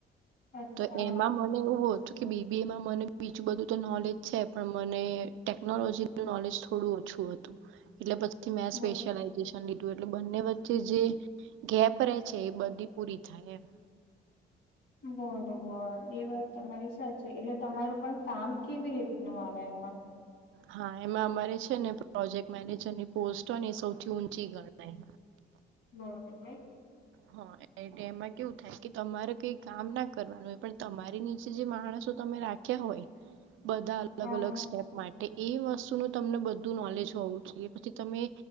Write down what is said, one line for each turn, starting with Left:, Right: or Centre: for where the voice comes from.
Left: અચ્છા
Right: તો એમાં. એવું હતું કે, બીબીએમાં મને બીજું બધું તો નોલેજ છે, પણ મને ટેકનોલોજી નોલેજ થોડું ઓછું હતું, એટલે પછી મે સ્પેશિયલ
Left: બ
Right: લીધું એટલે બંને વચ્ચે જે ગેપ રહેે છે, એ બધી પૂરી થાય એ.
Left: બરોબર, એ વાત તમારી સાચી. એટલે તમારું પણ કામ કેવી રીતનું આવે એમાં?
Right: હા, એમાં અમારે છે ને, પ્રોજેક્ટ મેનેજર ની પોસ્ટ હોય ને, એ સૌથી ઊંચી ગણાય.
Left: હ.
Right: હા, એ એમાં કેવું થાય કે તમારે કઈ કામ ના કરવાનું હોય, પણ તમારી નીચે જે માણસો તમે રાખ કે હોય, બધા અલગ
Left: હા
Right: અલગ સ્ટેપ માટે. એ, એ વસ્તુ નું તમને બધું નોલેજ હોવું જોઈએ, પછી તમે